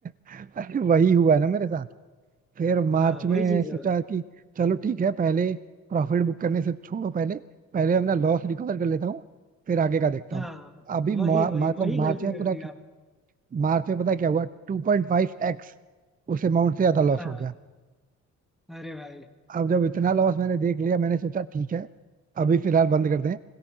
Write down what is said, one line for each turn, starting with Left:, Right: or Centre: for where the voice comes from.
Right: अरे वही हुआ ना मेरे साथ फिर मार्च
Centre: हाँ वही
Right: में
Centre: चीज
Right: सोचा
Centre: है भाई
Right: कि चलो ठीक है पहले प्रॉफिट बुक करने से छोड़ो पहले पहले अपना लॉस रिकवर कर लेता हूँ फिर आगे का देखता
Centre: हाँ
Right: हूँ अभी मा-
Centre: वही वही
Right: मतलब
Centre: वही
Right: मार्च
Centre: गलती
Right: में
Centre: कर
Right: पूरा
Centre: दी आप
Right: मार्च में पता है क्या हुआ टू पॉइंट फाइव एक्स उस अमाउंट से ज्यादा लॉस
Centre: हाँ
Right: हो गया
Centre: अरे भाई
Right: अब जब इतना लॉस मैंने देख लिया मैंने सोचा ठीक है अभी फिलहाल बंद कर दें